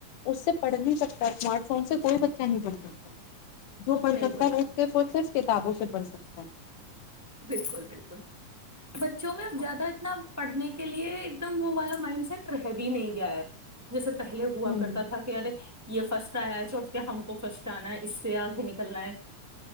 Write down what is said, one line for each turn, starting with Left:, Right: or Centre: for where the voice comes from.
Left: اس سے پڑھ نہیں سکتا اسمارٹ فون سے کوئی بچہ نہیں پڑھ سکتا جو پڑ
Right: نہیں
Left: سکتا
Right: پڑھتا
Left: ہے وہ سے کتابوں سے پڑھ سکتا ہے
Right: بالکل بالکل بچوں میں اب زیادہ اتنا پڑھ کے لیے ایک دم وہ والا مائنڈ سیٹ رہ بھی نہیں گیا ہے جیسے پہلے
Left: ہ
Right: ہوا کرتا تھا کہ یارے یہ فرسٹ چ کے ہم کو فرسٹ آنا ہے اس سے آگے نکلنا ہے